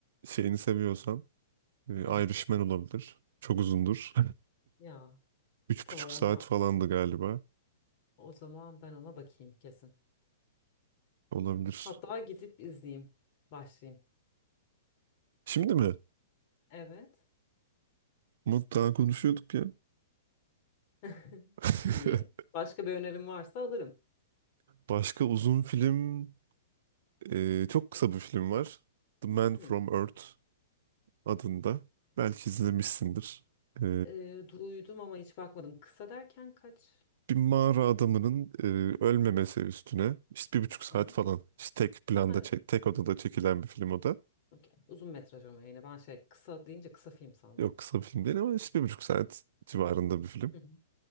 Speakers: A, on the right (about 65°); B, on the left (about 45°).
A: şeyini seviyorsan e, Irishman
B: Hı hı.
A: olabilir. Çok uzundur.
B: Ya
A: <laughs> Üç
B: Tamam
A: buçuk saat
B: ona
A: falandı galiba.
B: o zaman ben ona bakayım kesin.
A: Olabilir.
B: Hatta gidip izleyeyim. Başlayayım.
A: Şimdi mi?
B: Evet.
A: Umut daha konuşuyorduk ya.
B: <laughs>
A: <laughs>
B: İyi. Başka bir önerim varsa alırım.
A: Başka uzun film e, çok kısa bir film var. The Man from
B: Hı.
A: Earth adında. Belki izlemişsindir. E,
B: Ee, duydum ama hiç bakmadım. Kısa derken kaç?
A: bir mağara adamının e, ölmemesi üstüne işte bir buçuk saat
B: Aha.
A: falan işte tek planda
B: Ha,
A: çek- tek odada çekilen bir film o da.
B: okey. Uzun metraj ama yine ben şey kısa deyince kısa film sandım.
A: Yok kısa bir film değil ama işte bir buçuk saat civarında bir film.
B: Hı hı.